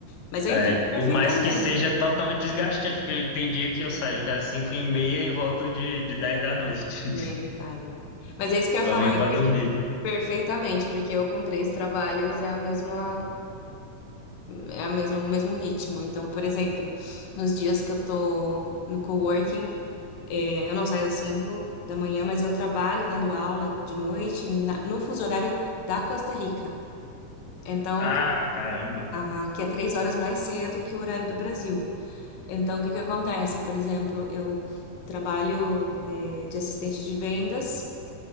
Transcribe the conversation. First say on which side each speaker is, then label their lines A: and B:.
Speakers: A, on the left (about 70°); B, on the left (about 90°).
A: Mas eu
B: É,
A: entendo perfeitamente,
B: por mais que seja totalmente desgastante, porque tem dia que eu saio de casa 5 e meia e volto de, de 10 da noite.
A: nem
B: <laughs>
A: me fale. Mas é isso que eu ia
B: Só
A: falar,
B: venho
A: eu
B: pra
A: entendo
B: dormir.
A: perfeitamente, porque eu com três trabalhos é a mesma, é a mesma, o mesmo ritmo. Então, por exemplo, nos dias que eu tô no coworking, é, eu não saio às cinco da manhã, mas eu trabalho dando aula de noite na- no fuso horário da Costa Rica. Então,
B: Ah,
A: que-
B: caramba.
A: aham, que é três horas mais cedo que o horário do Brasil. Então, o que que acontece? Por exemplo, eu trabalho, eh, de assistente de vendas.